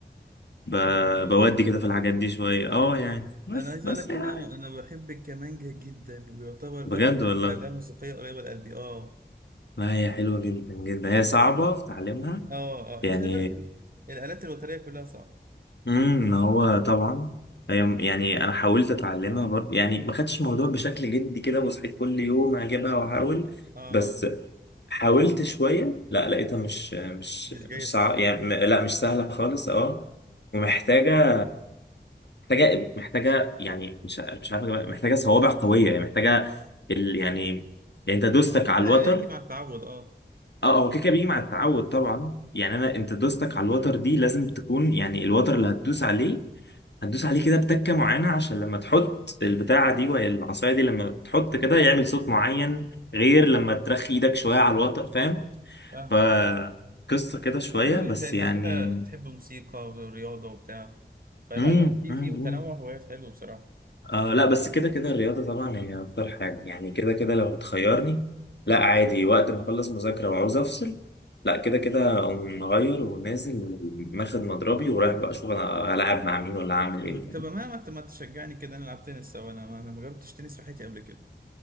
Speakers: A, on the left; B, on the right.
A: ب...
B: لا جامد
A: بودي
B: ده
A: كده في الحاجات دي شوية أه يعني بس
B: انا عايز
A: بس
B: اقول لك
A: يعني
B: ان انا انا بحب الكمانجا جدا ويعتبر
A: بجد
B: اكتر
A: والله
B: اداة موسيقية قريبة لقلبي اه
A: لا هي حلوة جدا جدا هي صعبة في تعليمها
B: اه
A: يعني
B: اه خلي بالك ال... الآلات الوترية كلها صعبة
A: امم هو طبعا هي- يعني انا حاولت اتعلمها بر... يعني ما خدتش الموضوع بشكل جدي كده وصحيت كل يوم اجيبها واحاول
B: اه
A: بس حاولت شويه لا لقيتها مش مش
B: مش جاي
A: مش
B: سكة
A: صع... يعني م- لا مش سهله خالص اه ومحتاجه محتاجه محتاجه يعني مش ع- مش عارف أجيبها. محتاجه صوابع قويه يعني محتاجه ال... يعني يعني انت دوستك
B: اكيد
A: على
B: هيجي
A: الوتر
B: مع التعود اه
A: اه هو كده كده بيجي مع التعود طبعا يعني انا انت دوستك على الوتر دي لازم تكون يعني الوتر اللي هتدوس عليه هتدوس عليه كده بتكة معينة عشان لما تحط البتاعة دي وهي العصاية دي لما تحط كده يعمل صوت معين غير لما ترخي ايدك شوية على الوتر فاهم
B: فاهم
A: فقصة كده شوية
B: طب حلو
A: بس
B: انت انت
A: يعني
B: كده بتحب موسيقى ورياضة وبتاع فلا
A: مم.
B: يعني في
A: مم.
B: في تنوع
A: مم.
B: هوايات حلو بصراحة
A: آه لا بس كده كده الرياضة طبعا هي أكتر حاجة يعني كده كده لو هتخيرني لا عادي وقت ما أخلص مذاكرة وعاوز أفصل لا كده كده أقوم مغير ونازل ماخد مضربي ورايح بقى أشوف أنا هلعب مع مين ولا هعمل
B: طب
A: إيه فاهم؟
B: طب ما ما ت- ما تشجعني كده نلعب تنس سوا انا ما انا ما جربتش تنس في حياتي قبل كده